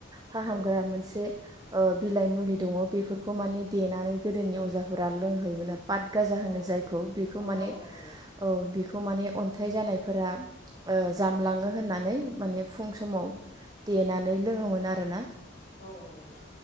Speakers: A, on the right; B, on the left.
A: फाहामग्रा
B: औ
A: मोनसे ओ बिलाइ मुलि दङ बेफोरखौ माने देनानै गोदोनि अजा फोरा लोंहोयोमोननो फाथ गाजा होनो
B: औ
A: जायखौ
B: अ
A: बेखौ माने
B: औ
A: औ बेखौ माने अन हाथाय जानायफोरा ओ
B: हो
A: जामलाङो होननानै माने फुं समाव देनानै लोङोमोन आरोना
B: औ औ